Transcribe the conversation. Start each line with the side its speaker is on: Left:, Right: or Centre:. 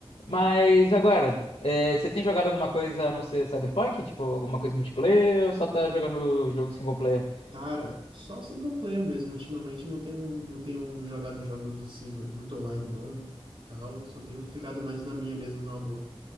Left: Mas agora, é, você tem jogado alguma coisa a não ser Cyberpunk? Tipo, alguma coisa multiplayer ou só tá jogando jogo single player?
Right: Cara, só single player mesmo. Ultimamente não tenho, não tenho jogado jogos assim mu- muito online não, tal. Só tenho ficado mais na minha mesmo, na boa.